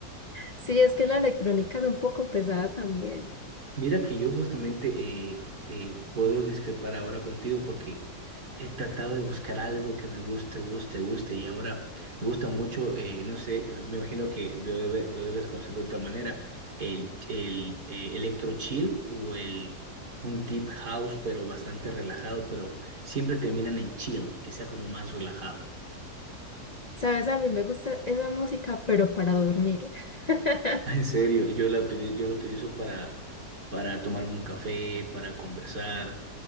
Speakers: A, on the left; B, on the right.
A: Sí, es que la electrónica es un poco pesada también.
B: Mira que yo justamente eh, eh, puedo discrepar ahora contigo porque he tratado de buscar algo que me guste, guste, guste y ahora me gusta mucho, eh, no sé, me imagino que lo, debe- lo debes conocer de otra manera, el, el eh, electro chill o el un deep house pero bastante relajado, pero siempre terminan en chill, que sea como más relajado.
A: Sabes, a mí me gusta esa música, pero para dormir. <laughs>
B: Ah, En serio, yo la utili- yo lo utilizo para, para tomarme un café, para conversar,